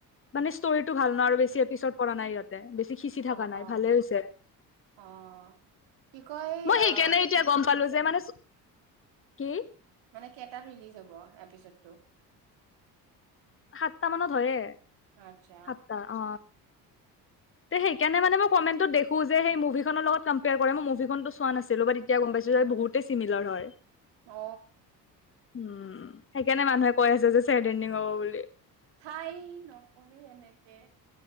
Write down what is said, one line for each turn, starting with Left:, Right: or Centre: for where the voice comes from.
Left: মানে ষ্টৰিটো ভাল ন বেছি এপিচড কৰা নাই ইহতে। সিঁচি থকা
Right: অ
Left: নাই
Right: অ
Left: ভালে হৈছে।
Right: অ কি কয় এই
Left: মই সেইকাৰণে এতিয়া
Right: কেতিয়া
Left: গম
Right: ৰিলিজ
Left: পালো যে
Right: হব।
Left: মানে কি?
Right: মানে কেইটাত ৰিলিজ হ'ব এপিচডটো।
Left: সাতটা মানত হয়ে
Right: আচ্ছা
Left: সাতটা অ। তে সেইকাৰণে মই কমেন্টত দেখোঁ যে সেই মুভিখনৰ লগত কম্পেয়াৰ কৰে মই মুভিখনটো চোৱা নাছিলো বাত। এতিয়া গম পাইছো
Right: উম
Left: যে বহুতে চিমিলাৰ হয়।
Right: অ
Left: উম, সেইকাৰণে মানুহে কৈ আছে যে ছেড এণ্ডিং হ'ব বুলি।
Right: থাই নকবি এনেকে।